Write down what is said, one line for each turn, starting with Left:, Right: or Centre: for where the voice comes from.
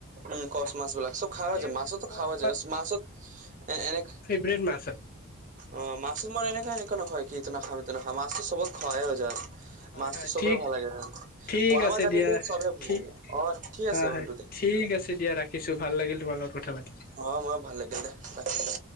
Right: উম কচ মাছ বিলাক চব খাও
Left: এই
Right: যায় মাছতো
Left: কচ
Right: খোৱা যায় মাছত এ এনে
Left: ব্ৰেড মাছ হয়।
Right: অ মাছটো মই এনেকা এনেকুৱা নহয় কিটো নাখামটো নাখাম মাছটো চবত খোৱাই হৈ যায়।
Left: হয়
Right: মাছটো
Left: হয়,
Right: চবেই
Left: ঠিক
Right: ভাল লাগে।
Left: ঠিক
Right: বনাব
Left: আছে
Right: জানিলে
Left: দিয়া
Right: চবে ভাল
Left: ঠিক
Right: লাগে। অ ঠিক
Left: হয়
Right: আছে
Left: হয়
Right: বন্ধু দে।
Left: ঠিক আছে দিয়া ৰাখিছোঁ ভাল লাগিল তোমাৰ লগত কথা পাতি।
Right: অ মই ভাল লাগিল দে তাকে দে।